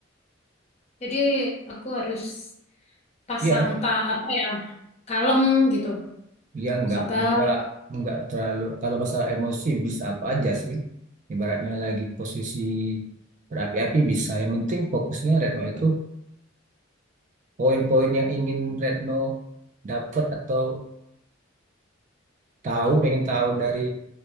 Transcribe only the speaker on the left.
jadi aku harus pasang
tak apa ya kalem gitu
sabar